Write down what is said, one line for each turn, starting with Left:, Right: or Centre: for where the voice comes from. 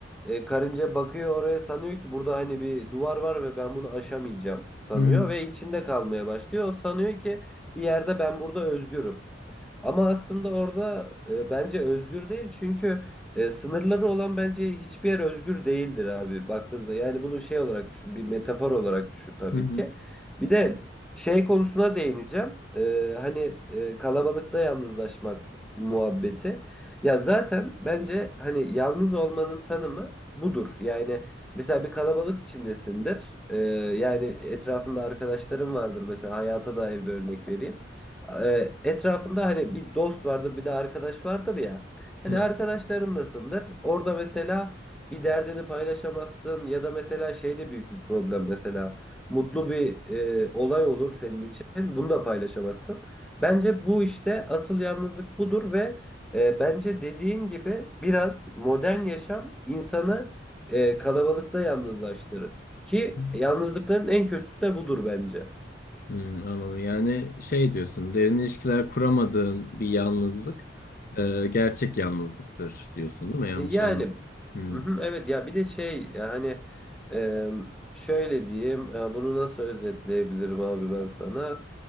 Centre: E, karınca bakıyor oraya sanıyor ki burada hani bir duvar var ve ben bunu aşamayacağım sanıyor
Left: hı
Centre: ve içinde kalmaya başlıyor. O sanıyor ki bir yerde ben burada özgürüm. Ama aslında orada e, bence özgür değil çünkü e, sınırları olan bence hiçbir yer özgür değildir abi baktığınızda. Yani bunu şey olarak düşün, bir metafor olarak düşün tabii
Left: hı. hı.
Centre: ki. Bir de şey konusuna değineceğim. E, hani e, kalabalıkta yalnızlaşmak muhabbeti. Ya zaten bence hani yalnız olmanın tanımı budur. Yani mesela bir kalabalık içindesindir. E, yani etrafında arkadaşlarım vardır mesela hayata dair bir örnek vereyim. E, etrafında hani bir dost vardır bir de arkadaş vardır ya. Hani
Left: Evet.
Centre: arkadaşlarındasındır. Orada mesela bir derdini paylaşamazsın ya da mesela şey de büyük bir problem mesela. Mutlu bir e, olay olur senin için. Bunu da paylaşamazsın. Bence bu işte asıl yalnızlık budur ve e, bence dediğin gibi biraz modern yaşam insanı e, kalabalıkta yalnızlaştırır. Ki
Left: Hı.
Centre: yalnızlıkların en kötüsü de budur bence.
Left: Hmm, anladım. Yani şey diyorsun, derin ilişkiler kuramadığın bir yalnızlık e, gerçek yalnızlıktır diyorsun değil mi? Yanlış
Centre: E, Yani
Left: anlamadım. Hı
Centre: hı hı, evet ya bir de şey yani e, şöyle diyeyim e, bunu nasıl özetleyebilirim abi ben sana